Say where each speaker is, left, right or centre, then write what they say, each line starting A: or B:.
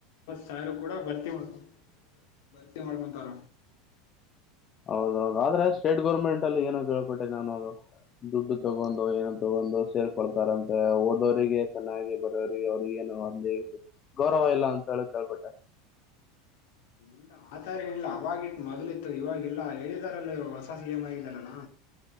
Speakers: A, on the left (about 60°); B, on the left (about 35°).
A: ತಾಯ್ರು ಕೂಡ ಭರ್ತಿ ಮಾಡಕ ಭರ್ತಿ ಮಾಡ್ಕೊಂತಾರ.
B: ಹೌದೌದು ಆದ್ರೆ ಸ್ಟೇಟ್ ಗೌರ್ಮೆಂಟಲ್ಲಿ ಏನೋ ಕೇಳ್ಪಟ್ಟೆ ನಾನು ಅದು ದುಡ್ಡು ತಗೊಂಡೋ ಏನ ತಗೊಂಡೋ ಸೇರ್ಕೊಳ್ತಾರಂತೆ ಓದೋರಿಗೆ ಚೆನ್ನಾಗಿ ಬರೋರಿಗೆ ಅವ್ರ್ಗ ಏನು ಅಲ್ಲಿ ಗೌರವ ಇಲ್ಲ ಅಂತ ಹೇಳ ಕೇಳ್ಪಟ್ಟೆ.
A: ಇಲ್ಲ ಆತರ ಏನಿಲ್ಲ ಅವಾಗಿತ್ತು ಮೊದ್ಲಿತ್ತು ಇವಾಗಿಲ್ಲ ಹೇಳಿದಾರಲ್ಲ ಹೊಸ ಸಿ ಎಂ ಆಗಿದಾರಲ್ಲ.